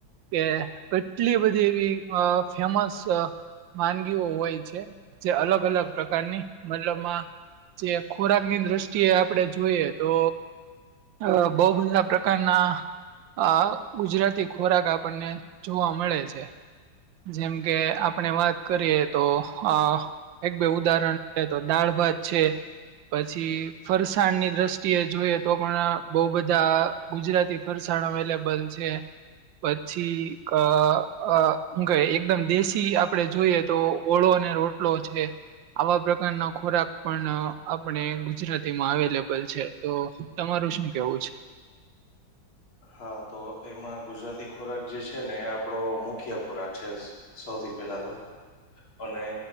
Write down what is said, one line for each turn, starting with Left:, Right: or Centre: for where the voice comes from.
Right: કે. કેટલી બધી એવી અ ફેમસ વાનગીઓ હોય છે જે અલગ અલગ પ્રકારની મતલબમાં જે ખોરાક ની દ્રષ્ટિએ આપણેે જોઈએ તો અહ બહુ બધા પ્રકારના આ ગુજરાતી ખોરાક આપણને જોવા મળે છે જેમ કે આપણે વાત કરીએ તો આ એક બે ઉદાહરણ છે, તો દાળ ભાત છે. પછી ફરસાણ ની દ્રષ્ટિએ જોઈએ તો પણ બહુ બધા ગુજરાતી. ફરસાણ અવેલેબલ છે, પછી ક અહ હું કહેવાય એકદમ દેશી આપ આપડે જોઈએ તો ઓળો અને રોટલો છે. આવા પ્રકારનો ખોરાક પણ આપણે ગુજરાતીમાં અવેલેબલ છે. તો તમારું શું કેવું છે?
Left: હા. તો એમાં ગુજરાતી ખોરાક જે છે ને એ આપડો મુખ્ય ખોરાક છે. સૌથી પેલા તો. અને